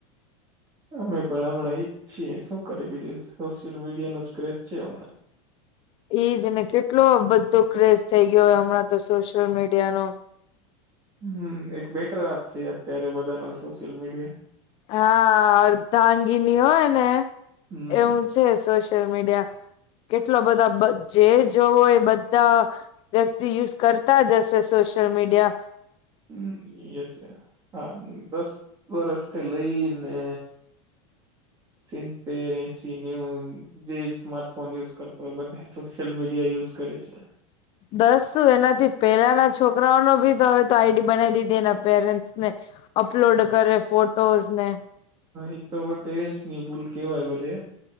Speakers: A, on the right (about 25°); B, on the left (about 35°).
A: અમે પણ હમણાં ઇઝ છીએ શું કરી બીજું સોશિયલ મીડિયા નો જ ક્રેઝ છે હમણાં
B: એઈજ ને કેટલો બધો ક્રેઝ થઈ ગયો હમણાં તો સોશિયલ મીડિયા નો
A: હમ્મ એક બેટર હાફ છે અત્યારે બધા નો સોશિયલ મીડિયા
B: હા અર્ધાંગિની હોય ને
A: હમ
B: એવું છે સોશિયલ મીડિયા કેટલા બધા જે જોવોય બધા વ્યક્તિ યુઝ કરતા જ હશે સોશિયલ મીડિયા
A: હમ્મ યસ હે હા દસ વરષથી લઈને સીતેર એસી નેઉ જે સ્માર્ટ ફોન યુઝ કરતો હોય બધા સોશિયલ મીડિયા યુઝ કરે છે.
B: દસું એનાથી પેલાના છોકરાઓનો ભી તો હવે તો આઈડી બનાવી દીધી એના પેરેન્ટ્સને અપલોડ કરે ફોટોઝ ને
A: ઇતો હવે પેરેન્ટસ ની ભૂલ કેવાય ભલે